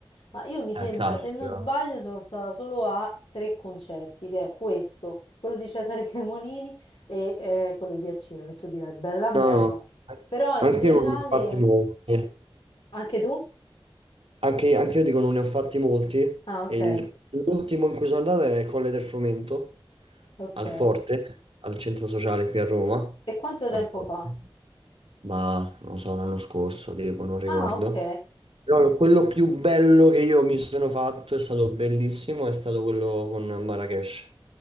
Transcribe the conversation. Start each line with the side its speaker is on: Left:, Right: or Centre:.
Left: ma io mi
Right: è
Left: sembra,
Right: classico.
Left: se non sbaglio, sono stata solo a tre concerti, che è questo, quello di Cesare <laughs> Cremonini e eh, quello di Accino, che tu dirai bella merda.
Right: No, no,
Left: Però in
Right: anche
Left: generale,
Right: io non mi infatti molti.
Left: anche tu?
Right: Anche, anche io dico non ne ho fatti molti. E
Left: Ah, ok,
Right: il- l'ultimo in cui sono andato è Colle del Frumento,
Left: ok.
Right: al Forte, al centro sociale qui a Roma,
Left: E quanto
Right: al
Left: tempo
Right: Forte.
Left: fa?
Right: Ma non so, l'anno scorso, tipo, non ricordo.
Left: Ah, ok.
Right: Però lo- quello più bello che io mi sono fatto è stato bellissimo, è stato quello con Marrakesh.